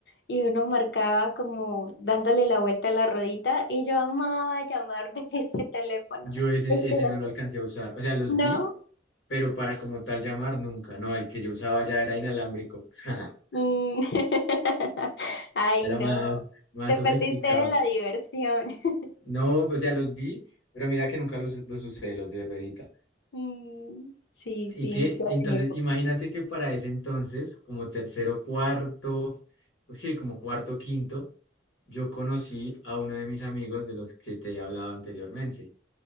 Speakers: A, on the left; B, on the left.
A: y uno marcaba como dándole la vuelta a la ruedita y yo amaba llamar de <laughs> ese teléfono.
B: yo ese,
A: Esperando.
B: ese no lo alcancé a usar. O sea, los
A: No.
B: vi, pero para como tal llamar nunca, no, el que yo usaba ya era inalámbrico. <laughs>
A: Mm. <laughs> Ay,
B: Era
A: no,
B: más, más
A: te
B: sofisticado.
A: perdiste de la diversión. <laughs>
B: No, o sea, los vi, pero mira que nunca los, los usé, los de ruedita.
A: Mm, Sí,
B: Y
A: sí,
B: que
A: mi tía
B: entonces,
A: tenía.
B: imagínate que para ese entonces, como tercero, cuarto, pues sí, como cuarto, quinto, yo conocí a uno de mis amigos de los que te he hablado anteriormente,